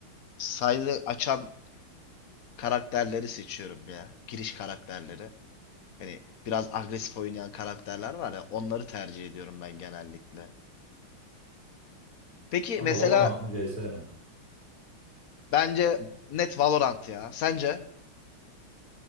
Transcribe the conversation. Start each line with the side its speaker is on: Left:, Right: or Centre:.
Left: sayı açan karakterleri seçiyorum ya. Giriş karakterleri. Hani biraz agresif oynayan karakterler var ya onları tercih ediyorum ben genellikle. Peki
Right: Kanka
Left: mesela
Right: Valorant mı CS mi?
Left: bence net Valorant ya. Sence?